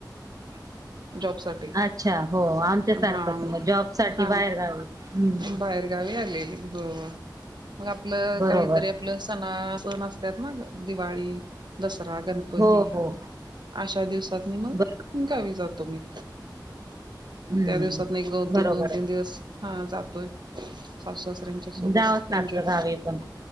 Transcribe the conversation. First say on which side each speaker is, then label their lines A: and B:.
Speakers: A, on the right; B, on the right.
A: <inaudible>
B: जॉबसाठी
A: अच्छा हो, आमच्या
B: हा
A: सारखंच मग जॉब साठी
B: हा
A: बाहेर गावी. हम्म
B: बाहेरगावी हो म आपल,
A: बरोबर
B: काहीतरी आपल हा. सण असत्यात ना ग दिवाळी. दसरा, गणपती
A: हो हो
B: अशा दिवसातनी मग
A: बर
B: गावी जात. तुम्ही,
A: हम्म.
B: त्या दिवसात एक, दोन-
A: बरोबर
B: तीन, दोन -तीन दिवस हा जातोय. सासू सासऱ्यांच्या
A: आहे
B: सोबत
A: जावंच
B: एन्जॉय.
A: लागतं गावी पण.